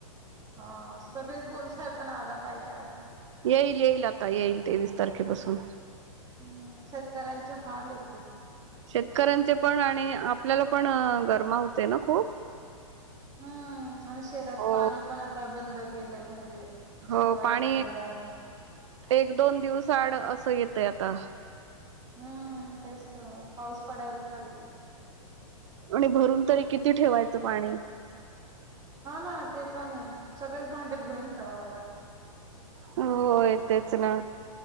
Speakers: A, on the right; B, on the right.
A: हा सगळेच बोलताय, पण आला पाहिजे आता.
B: येईल, येईल आता येईल तेवीस तारखेपासून.
A: हम्म, शेतकऱ्यांचे हाल आहे खूप.
B: शेतकऱ्यांचे पण आणि आपल्याला पण गरमावते ना खूप.
A: हम्म आणि शहरात
B: हो
A: पाणी पण आता बंद केलंय म्हणजे
B: हो
A: शनिवार
B: पाणी,
A: रविवार
B: एक दोन दिवसा आड असं येतय आता.
A: हम्म, तेच तर पाऊस पडायला पाहिजे.
B: आणि भरून तरी किती ठेवायचं पाणी.
A: हा ना ते पण हाय, सगळेच भांडे भरून ठेवावं लागतं.
B: होयं तेच ना